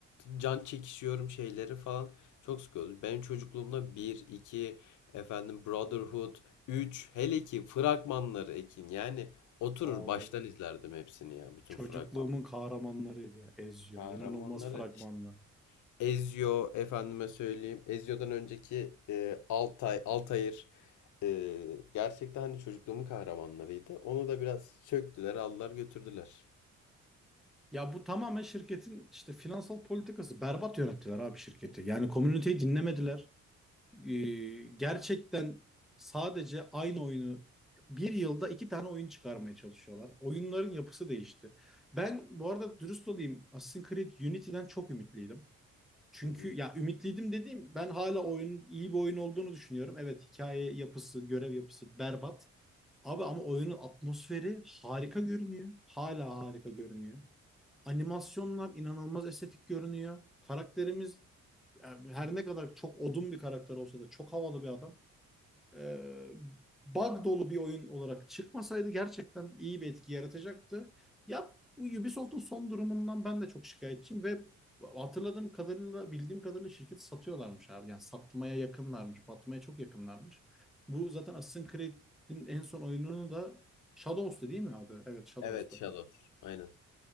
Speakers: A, on the left; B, in the centre.
A: can çekişiyorum şeyleri falan çok sıkıyordu. Benim çocukluğumda bir, 2 efendim Brotherhood, 3 hele ki fragmanları Ekin. Yani oturur
B: Abi
A: baştan izlerdim hepsini ya. Bütün
B: çocukluğumun
A: fragmanları.
B: kahramanlarıydı ya Ezio.
A: Kahramanları
B: İnanılmaz fragmanlar.
A: Ezio efendime söyleyeyim. Ezio'dan önceki e, Altay, Altair e, gerçekten hani çocukluğumun kahramanlarıydı. Onu da biraz söktüler, aldılar, götürdüler.
B: Ya bu tamamen şirketin işte finansal politikası. Berbat yönettiler abi şirketi. Yani komüniteyi dinlemediler. Ee, gerçekten sadece aynı oyunu bir yılda iki tane oyun çıkarmaya çalışıyorlar. Oyunların yapısı değişti. Ben bu arada dürüst olayım. Assassin's Creed Unity'den çok ümitliydim. Çünkü
A: Hı hı.
B: ya ümitliydim dediğim ben hala oyunun iyi bir oyun olduğunu düşünüyorum. Evet hikaye yapısı, görev yapısı berbat. Abi ama oyunun atmosferi harika görünüyor. Hala harika görünüyor. Animasyonlar inanılmaz estetik görünüyor. Karakterimiz yani her ne kadar çok odun bir karakter olsa da çok havalı bir adam. Ee, bug dolu bir oyun olarak çıkmasaydı gerçekten iyi bir etki yaratacaktı. Ya Ubisoft'un son durumundan ben de çok şikayetçiyim ve hatırladığım kadarıyla bildiğim kadarıyla şirketi satıyorlarmış abi. Yani satmaya yakınlarmış, batmaya çok yakınlarmış. Bu zaten Assassin's Creed'in en son oyununu da Shadows'tu değil mi abi? Evet Shadows
A: Evet, Shadows. Aynen.